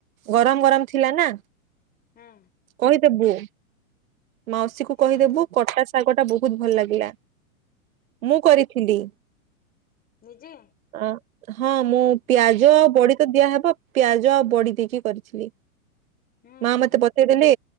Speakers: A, on the right; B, on the left.
A: ଗରମ ଗରମ ଥିଲା ନା
B: ହୁଁ
A: କହିଦେବୁ। ମାଉସୀକୁୁ କହିଦେବୁ
B: ହୁଁ
A: କଟା ଶାଗ ଟା ବହୁତ ଭଲ ଲାଗିଲା। ମୁଁ କରିଥିଲି।
B: ନିଜେ
A: ଅ ହଁ ମୁଁ ପିଆଜ
B: ବାଉ
A: ଆଉ ବଡି। ତ ଦିଆହେବ ପିଆଜ ଆଉ ବଡି ଦେଇକି କରିଥିଲି
B: ହୁଁ
A: ମା
B: ହୁଁ
A: ମତେ ବତେଇଦେଲେ।